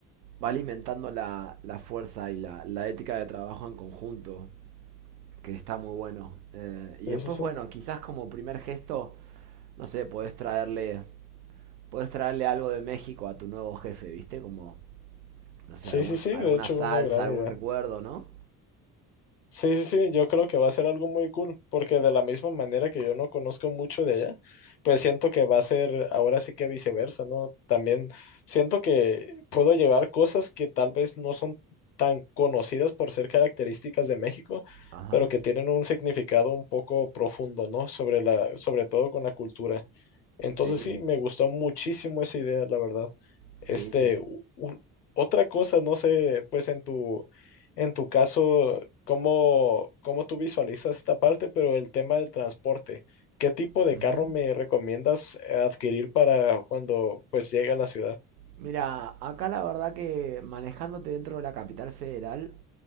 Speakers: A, on the right; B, on the left.
A: va alimentando la, la fuerza y la, la ética de trabajo en conjunto. que está muy bueno. Eh, y
B: Sí,
A: después,
B: sí, sí.
A: bueno, quizás como primer gesto, no sé, podés traerle, podés traerle algo de México a tu nuevo jefe, ¿viste? Como, no sé,
B: Sí,
A: algún,
B: sí, sí.
A: alguna
B: De hecho,
A: salsa,
B: una gran
A: algún
B: idea.
A: recuerdo, ¿no?
B: Sí, sí, sí, yo creo que va a ser algo muy cool, porque de la misma manera que yo no conozco mucho de ella, pues siento que va a ser ahora sí que viceversa, ¿no? También siento que puedo llevar cosas que tal vez no son tan conocidas por ser características de México,
A: Ajá,
B: pero que tienen un significado un poco profundo, ¿no? Sobre la, sobre todo con la cultura. Entonces
A: sí,
B: sí, me gustó muchísimo esa idea, la verdad.
A: sí.
B: Este, u- un- otra cosa, no sé, pues en tu, en tu caso, cómo, cómo tú visualizas esta parte, pero el tema del transporte, ¿qué tipo de
A: Ujú.
B: carro me recomiendas eh, adquirir para cuando pues llegue a la ciudad?
A: Mira, acá la verdad que manejándote dentro de la capital federal,